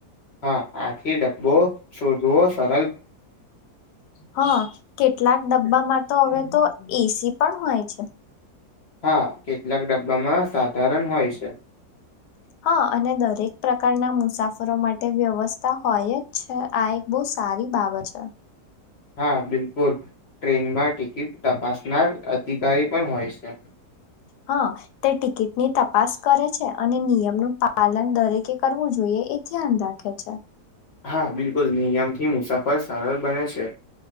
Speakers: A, on the left; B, on the left.
A: હા આથી ડબ્બો શોધવો સર
B: હાં, કેટલાક ડબ્બામાં તો અવે તો એ સી પણ હોય છે.
A: હા કેટલાક ડબ્બામાં સાધારન હોય છે.
B: હા અને દરેક પ્રકારના મુસાફરો માટે વ્યવસ્થા હોય જ છે આ એક બઉ સ સારી બાવત છે.
A: હા બિલકુલ ટ્રેનમાં ટિકિટ તપાસનાર અધિકારી પણ હોય છે.
B: હાં તે ટિકિટની તપાસ કરે છે અને નિયમનું પા પાલન દરેકે કરવું જોઈએ એ ધ્યાન રાખે છે.
A: હા, બિલકુલ નિયમથી મુસાફર સરલ બને છે.